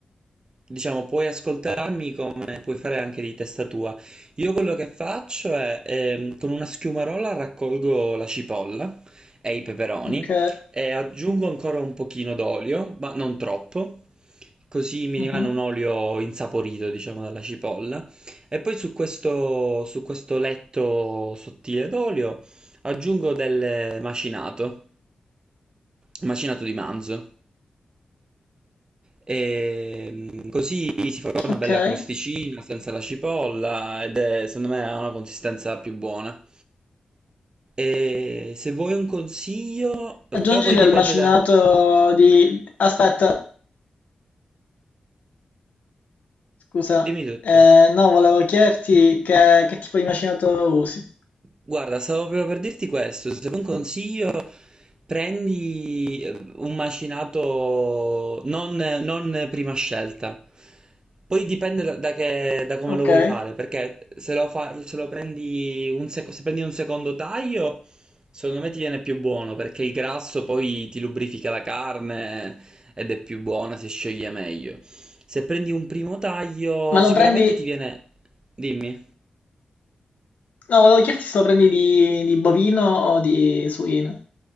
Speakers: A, on the right (about 30°); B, on the left (about 75°).
A: diciamo, puoi ascoltarmi come puoi fare anche di testa tua. Io quello che faccio è ehm, con una schiumarola raccolgo la cipolla e i peperoni.
B: ok.
A: E aggiungo ancora un pochino d'olio, ma non troppo, così mi
B: Mh-mh,
A: rimane un olio insaporito, diciamo, dalla cipolla. E poi su questo, su questo letto sottile d'olio aggiungo del macinato, macinato di manzo. E mm, così si fa una
B: okay.
A: bella crosticina senza la cipolla ed è, secondo me ha una consistenza più buona. E se vuoi un consiglio,
B: Aggiungi
A: però poi
B: del
A: dipende
B: macinato
A: da...
B: di aspetta, scusa,
A: Dimmi tutto.
B: ehm, no volevo chiederti che che tipo di macinato usi.
A: Guarda, stavo proprio per dirti questo, se vuoi un consiglio prendi eh, un macinato non, non prima scelta, poi dipende da, da che- da come
B: Okay.
A: lo vuoi fare, perché se lo, fa- se lo prendi un sec- se prendi un secondo taglio, secondo me ti viene più buono, perché il grasso poi ti lubrifica la carne ed è più buona, si scioglie meglio. Se prendi un primo taglio,
B: Ma
A: sicuramente
B: lo prendi
A: ti viene... Dimmi.
B: no, volevo chiederti se lo prendi di di bovino o di suino.